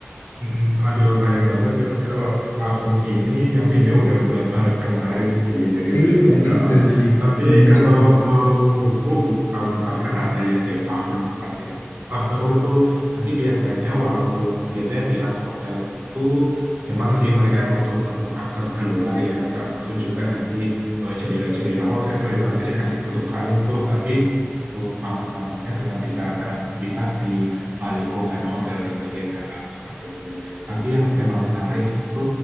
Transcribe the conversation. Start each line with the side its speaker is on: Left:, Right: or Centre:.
Right: Mm-mm. Aduh, sayang banget sih. Tapi kalau tahun ini nyepinya udah bulan Maret kemarin sih, jadi udah
Left: iya
Right: lewat. Heeh.
Left: itu sih
Right: Tapi
Left: bener
Right: kalau
Left: sih
Right: mau nunggu tahun depan kan ada ya tiap tahun itu pasti ada. Ah seru itu. Nanti biasanya walaupun biasanya pihak hotel itu memang sih mereka nutup untuk akses keluar ya, termasuk juga nanti eh, jendela-jendela hotel itu nanti dikasih tutup kain tuh. Tapi untuk tamu-tamunya tetap bisa beraktivitas di eh, lingkungan hotel di bagian dalam seperti itu. Tapi yang memang menarik itu